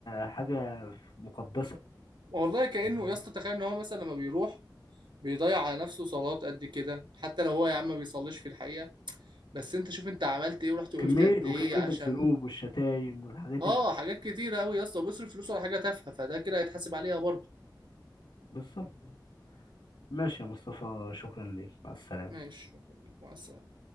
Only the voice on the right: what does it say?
والله كأنه
يا اسطى تخيل ان هو مثلا لما بيروح بيضيع على نفسه صلوات قد كده حتى لو هو يا عم ما بيصليش في الحقيقة بس انت شوف انت عملت ايه ورحت وقفت
قد ايه
عشان
اه
حاجات كتيرة قوي يا اسطى بيصرف فلوسه على حاجة تافهة فده كده هيتحاسب عليها برضه
ماشي مع السلامة